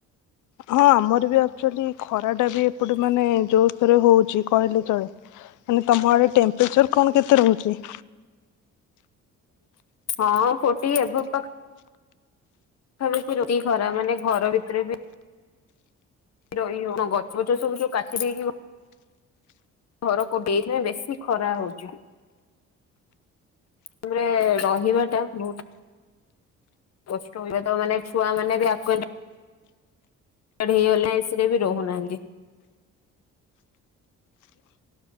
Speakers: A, on the left (about 80°); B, on the left (about 55°).
A: ହଁ ଆମର ବି ଆକ୍ଚୁଆଲି ଖରା ଟା ବି ଏପଟେ ମାନେ ଯୋର ସୋରେ ହଉଛି କହିଲେ ଚଳେ। ମାନେ ତମର ଏ ଟେମ୍ପରେଚର କଣ କେତେ ରହୁଛି?
B: ହଁ ଫୋର୍ଟି ଏଵଭ ପା ପାଖାପାଖି ରହୁଚି ଖରା ମାନେ ଘର ଭିତରେ ବି। ରହି ହଉନି ଗଛ ପଛ ସବୁ ଯୋଉ କାଟି ଦେଇକି ଘର କୋ ଦେଇଥିବେ ବେଶୀ ଖରା ହଉଛି। ତାପରେ ରହିବା ଟା ବହୁତ କଷ୍ଟ <unintelligible> ତ ମାନେ ଛୁଆ ମାନେ ବି ଆକ୍ୱେଣ୍ଟ ହେଇ ଗଲେ ଏ ସି ରେବି ରହୁନାହାନ୍ତି।